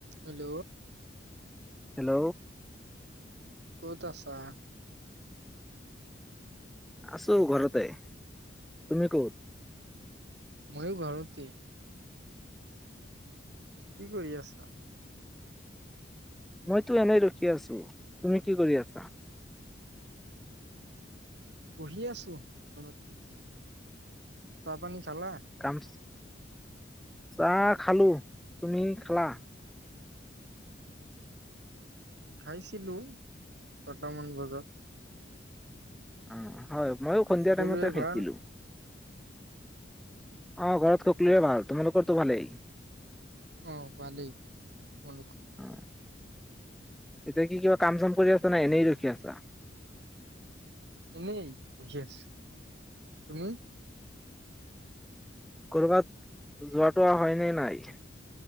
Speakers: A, on the right (about 65°); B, in the centre.
A: Hello.
B: Hello.
A: ক'ত আছা?
B: আছো ঘৰতে, তুমি ক'ত?
A: ময়ো ঘৰতেই। কি কৰি আছা?
B: মইতো এনেই ৰখি আছো, তুমি কি কৰি আছা?
A: পঢ়ি আছো, ঘৰতেই। চাহ পানী খালা?
B: কাম চাহ খালো। তুমি খালা?
A: খাইছিলোঁ, ছটামান বজাত।
B: উম হয়। মইও সন্ধিয়া
A: সকলোৰে
B: টাইমতে খাইছিলোঁ।
A: ভাল?
B: অ' ঘৰত সকলোৰে ভাল, তোমালোকৰতো ভালেই।
A: অ', ভালেই, তোমালোকৰ?
B: অ এতিয়া কি কিবা কাম চাম কৰি আছা, নে এনেই ৰখি আছা?
A: এনেই, পঢ়ি আছো, তুমি?
B: কৰ'বাত, যোৱা টোৱা হয়নে নাই,